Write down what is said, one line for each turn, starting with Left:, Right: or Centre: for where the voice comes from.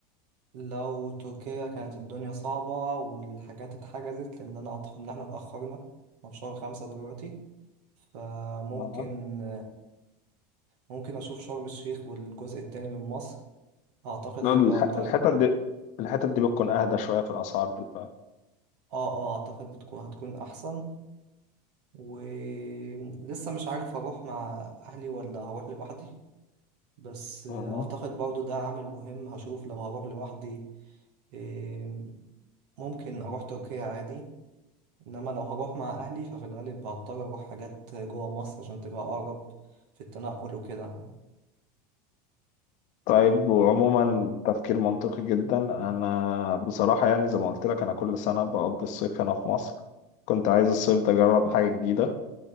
Right: لو تركيا كانت الدنيا صعبة والحاجات اتحجزت لأن أنا أعتقد إن احنا اتأخرنا احنا في شهر خمسة دلوقتي فممكن
Left: اها
Right: ممكن أشوف شرم الشيخ والجزء التاني من مصر أعتقد
Left: لا
Right: هيبقى
Left: الح-
Right: ده
Left: الحتت دي الحتت دي بتكون أهدى شوية في الأسعار بالفعل
Right: آه آه أعتقد بتكون هتكون أحسن ولسه مش عارف هروح مع أهلي ولا هروح لوحدي بس أعتقد
Left: اها
Right: برضو ده عامل مهم هشوف لو هروح لوحدي إيه، ممكن أروح تركيا عادي انما لو هروح مع اهلي ففي الغالب هضطر اروح حاجات جوه مصر عشان تبقى اقرب في التنقل وكده
Left: طيب وعموما تفكير منطقي جدا أنا بصراحة يعني زي ما قلت لك أنا كل سنة بقضي الصيف هنا في مصر كنت عايز الصيف ده أجرب حاجة جديدة